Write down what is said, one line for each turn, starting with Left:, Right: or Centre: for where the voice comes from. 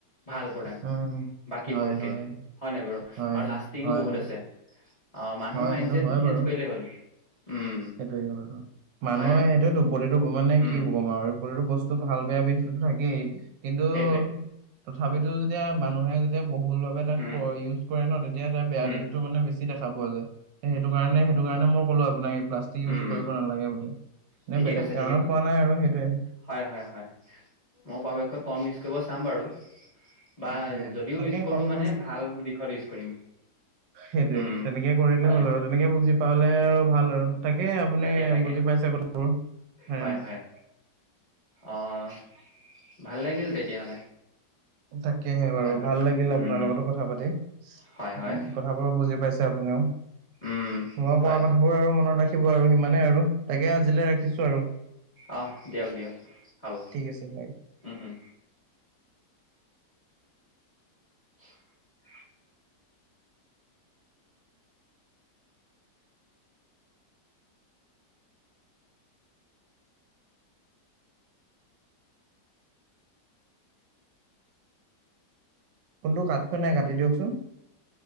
Left: ভাল প্ৰডাক্ট
Right: উম
Left: বাকীবোৰতকে
Right: হয় হয়
Left: হয় নাই বাৰু
Right: হয়
Left: আৰু
Right: হয়
Left: লাষ্টিঙো
Right: হয়
Left: বহুত
Right: হয়
Left: আছে। অ', মানুহৰ
Right: হয়
Left: মাইড
Right: সেইটো
Left: চটটো
Right: হয়
Left: চেঞ্জ
Right: বাৰু
Left: কৰিলেই হ'ল। উম
Right: সেইটোৱে মানুহে
Left: হয়
Right: এইটোয়ো প্ৰতিটো মানে
Left: উম
Right: কি কম আৰু। ৰিতো বস্তু ভাল বেয়া বস্তু থাকেই কিন্তু
Left: সেইটোৱে
Right: তথাপিতো যেতিয়া মানুহে যেতিয়া বহুল ভাবে তাক
Left: উম
Right: ইউজ কৰে ন' তেতিয়া তাৰ বেয়া
Left: উম
Right: দিশতটো মানে বেছি দেখা পোৱা যায়। সেইটো কাৰণে সেইটো কাৰণে মই ক'লো আপোনাক এই প্লাষ্টিক ইউজ
Left: উম উম
Right: কৰিব নালাগে বুলি। নে
Left: ঠিকে
Right: বেলেগ
Left: কৈছে,
Right: কাৰণত
Left: ঠিকে কৈছে
Right: কোৱা নাই আৰু সেইটোৱে
Left: হয়, হয়, হয় মই পৰাপক্ষত প চাম বাৰু বা
Right: তাকে
Left: যদিও
Right: তাকে
Left: ইজ
Right: কমকে
Left: কৰো মানে ভাল দিশত ইজ কৰিম।
Right: সেইটোয়ে
Left: উম
Right: তেনেকে কৰিলে
Left: হয়
Right: হ'ল আৰু তেনেকে বুজি পালে আৰু ভাল আৰু। তাকে আপুনি
Left: তাকে তাকে
Right: বুজি পাইছে কথাবোৰ হয়ে
Left: হয়
Right: নহ
Left: হয় অ', ভাল লাগিল তেতিয়াহ'লে।
Right: তাকেহে
Left: কথা
Right: বাৰু
Left: পাতি
Right: ভাল লাগিল আপোনাৰ
Left: উম
Right: লগতো কথা পাতি উম,
Left: হয় হয়
Right: কথাবোৰ বুজি পাইছে আপুনিও।
Left: উম
Right: মই
Left: হয়
Right: কোৱা
Left: হয়
Right: কথাবোৰ আৰু মনত ৰাখিব আৰু সিমানেই আৰু। তাকে আজিলে ৰাখিছো আৰু।
Left: অ' দিয়ক- দিয়ক হ'ব,
Right: ঠিক আছে বাৰু
Left: উম-উম। <inaudible>
Right: ফোনটো কাট খোৱা নাই কাটি দিয়কচোন।